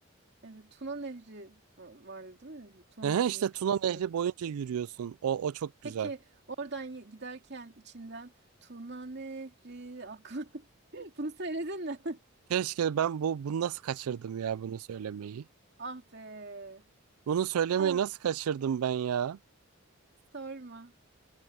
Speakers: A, on the right; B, on the right.
A: Evet, Tuna Nehri va- vardı değil mi? Tuna
B: Ehe,
A: Nehri'nin
B: işte
A: kıyısı.
B: Tuna Nehri boyunca yürüyorsun. O, o çok
A: Peki
B: güzel.
A: oradan ye- giderken içinden Tuna Nehri aklı. <laughs> Bunu söyledin mi?
B: Keşke ben bu bunu nasıl kaçırdım
A: <laughs>
B: ya bunu söylemeyi.
A: Ah be.
B: Bunu söylemeyi
A: Kahve
B: nasıl kaçırdım ben ya?
A: sorma.